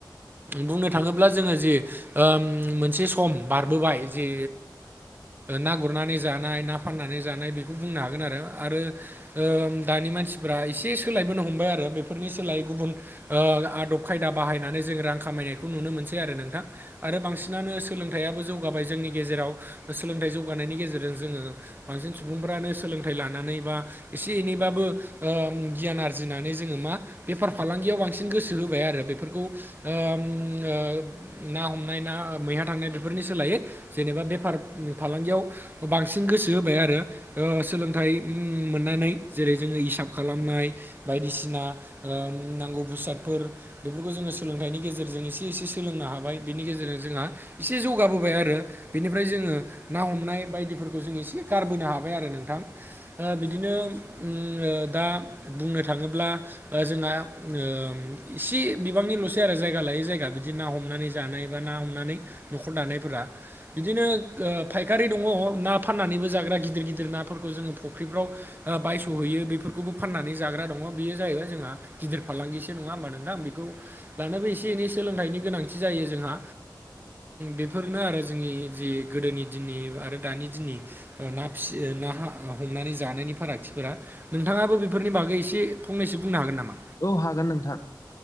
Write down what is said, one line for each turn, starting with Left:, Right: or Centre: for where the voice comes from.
Right: बुंनो थाङोब्ला जोङो जे मोनसे सम बारबोबाय जे ना गुरनानै जानाय ना फाननानै जानाय बेखौ बुंनो हागोन आरो आरो दानि मानसिफोरा एसे सोलायबोनो हमबाय आरो बेफोरनि सोलायै गुबुन आदब खायदा बाहायनानै जों रां खामायनायखौ नुनो मोनसै आरो नोंथां आरो बांसिनानो सोलोंथाइयाबो जौगाबाय जोंनि गेजेराव सोलोंथाइ जौगानायनि गेजेरजों जोङो बांसिन सुबुंफोरानो सोलोंथाइ लानानै बा एसे एनैबाबो गियान आरजिनानै जोङो मा बेफार फालांगियाव बांसिन गोसो होबाय आरो बेफोरखौ ओम ओ ना हमनाय ना मैहा थांनाय बेफोरनि सोलायै जेनेबा बेफार फालांगियाव बांसिन गोसो होबाय आरो सोलोंथाइ मोननानै जेरै जोङो हिसाब खालामनाय बायदिसिना नांगौ भुसादफोर बेफोरखौ जोङो सोलोंथाइनि गेजेरजों एसे एसे सोलोंनो हाबाय बिनि गेजेरजों जोंहा एसे जौगाबोबाय आरो बेनिफ्राय जोङो ना हमनाय बायदिफोरखौ जों एसे गारबोनो हाबाय आरो नोंथां बिदिनो उम दा बुंनो थाङोब्ला जोंहा ओ इसे बिबांनिल'स जायगा लायै जायगा बिदि ना हमनानै जानाय बा ना हमनानै न'खर दानायफोरा बिदिनो फायखारि दङ ना फाननानैबो जाग्रा गिदिर गिदिर नाफोरखौ जोङो फुख्रिफ्राव बायस'हैयो बेफोरखौबो फाननानै जाग्रा दङ बेयो जाहैबाय जोंहा गिदिर फालांगिसो नङा होम्बा नोंथां बेखौ लानोबो एसे एनै सोलोंथाइनि गोनांथि जायो जोंहा बेफोरनो आरो जोंनि जि गोदोनि दिननि आरो दानि दिननि ना फियो ना हमनानै जानायनि फारागथिफोरा नोंथाङाबो बेफोरनि बागै एसे फंनैसो बुंनो हागोन नामा
Left: औ हागोन नोंथां।